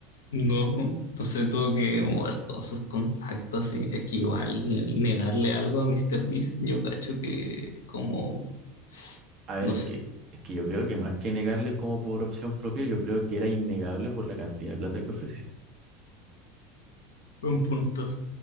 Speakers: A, on the left; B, on the right.
A: No, po. entonces tuvo que mover todos sus contactos y es que igual negarle algo a Mr. Beast, yo cacho que es como,
B: A ver,
A: no
B: es
A: sé,
B: que, es que yo creo que más que negarle como por opción propia, yo creo que era innegable por la cantidad de plata que ofreció.
A: buen punto.